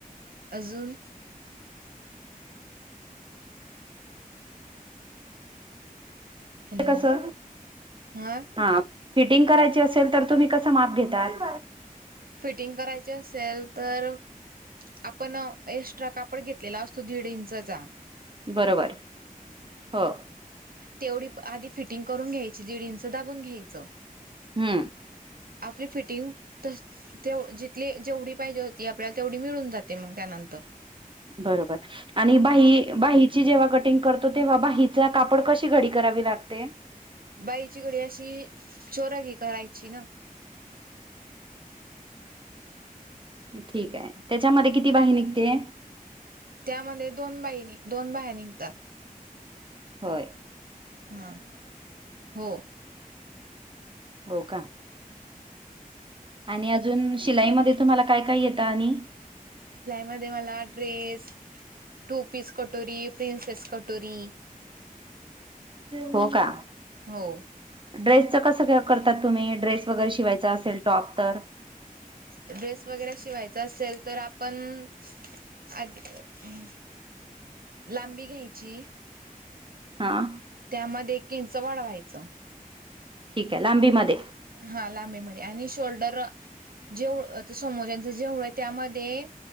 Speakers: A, on the right; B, on the right.
A: अजूंन हॅलो
B: ते कसं
A: हा
B: हां फिटिंग करांयची असेल तरं तुम्हीं असं मापं घेतांत
A: फिटिंग करांयची असेल तरं आपणं एक्स्ट्रा कांपड घेतलेला असतो दीड इंचचा
B: बरोबर हो
A: तेवढी आंधी फिटिंग करूंन घ्यांयची दीड इंच दाबूंन घ्यायचं
B: हम्मं
A: आपली फिटिंग तसं तेवढी जिथली जेवढी पाहिजे होती आपल्यांला तेवढी मिळूंन जाते मंग त्यांनंतर
B: बरोबर आणि बाही बाही ची जेव्हां कटिंग करतो तेंव्हा बाहीचा कांपड कशी घडी करावी लागते
A: बाहिची घडी अशी चोरा की करांयची नां
B: ठीक आहे त्यांच्यामध्ये किती बाही निघते
A: त्यांमध्ये दोन बाही नि दोन बाहयां निघतांत
B: होयं
A: हां हो
B: हो कां आणि अजूंन शिलाईमध्यें तुम्हांला कायं कायं येतं आणि
A: लाईमदेवालां मलां ड्रेस टूं पीस कटोरी प्रिंसेस कटोरी
B: हो कां
A: हो
B: ड्रेसंच कसं क करतांत तुम्हीं ड्रेस वगैरें शी शिवांयच असेल टॉप तरं
A: ड्रेस वगैरें शिवांयचा असेल तरं आपणं आपणं लांबी घ्यांयची
B: हां
A: त्यांमध्ये एक इंच वाढवायचं
B: ठीकं आहे लांबी मध्यें
A: हां लांबीमध्यें आणि शोल्डरं जेंव्हा आंता समजं त्यांच जेवढं आहे त्यांमध्यें